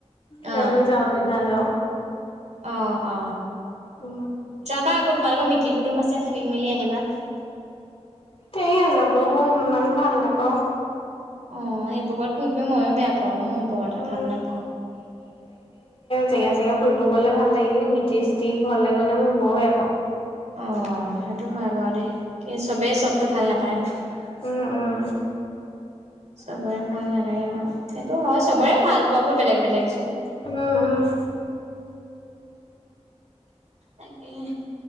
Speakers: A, on the left; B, on the right.
A: জানো
B: অ',
A: যাওৱে নাযাও।
B: অ অ।
A: অ।
B: যাবা আকৌ তোমালোকৰ মিতিৰ কুটুম আছে ফুই মেলি আহিবা।
A: তেওঁ যাব মই ইমান ভাল নাপাওঁ।
B: অ এইবোৰত ঘূৰি ফুৰিব ময়ো বেয়া পাওঁ মোৰ বৰটা
A: উম।
B: ভাল নাপাওঁ।
A: জেঙা চেগা ফুৰিব গ'লে ভাল লাগে কিন্তু মিতি চিতি ঘৰলে গ'লে মই বৰ বেয়া পাওঁ।
B: অ সেইটো হয় বাৰু দেই কি চবেই
A: উম,
B: চবতটো ভাল নাপায় ন।
A: উম, উম,
B: চবৰে ভাল নালাগে ভওঁ সেইটো হয় চবৰে ভাল পোৱাবোৰ বেলেগ বেলেগ যে।
A: উম উম।
B: তাকে